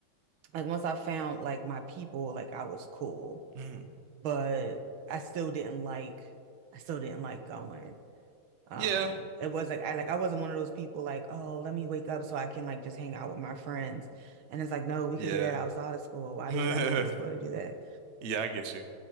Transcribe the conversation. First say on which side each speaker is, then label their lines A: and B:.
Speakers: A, on the right; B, on the right.
A: Like once I found like my people, like I was cool,
B: Mhm.
A: but I still didn't like I still didn't like going. Um,
B: Yeah,
A: it was like I like I wasn't one of those people like, oh, let me wake up so I can like just hang out with my friends. And it's like, no, we
B: yeah,
A: could do that outside of school. Why
B: <laughs> yeah.
A: do we gotta be in school to do that?
B: I get you.